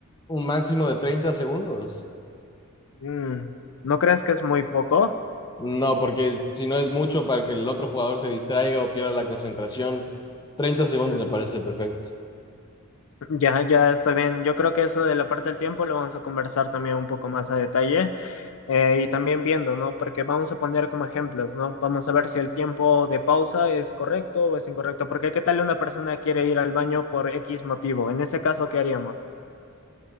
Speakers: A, on the left; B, on the left.
A: Un máximo de 30 segundos.
B: Mm, ¿no crees que es muy poco?
A: No, porque si no es mucho para que el otro jugador se distraiga o pierda la concentración, treinta segundos
B: Mm,
A: me parece perfecto.
B: ya, ya está bien. Yo creo que eso de la parte del tiempo lo vamos a conversar también un poco más a detalle eh, y también viendo, ¿no? Porque vamos a poner como ejemplos, ¿no? Vamos a ver si el tiempo de pausa es correcto o es incorrecto. Porque ¿qué tal una persona quiere ir al baño por X motivo? En ese caso, ¿qué haríamos?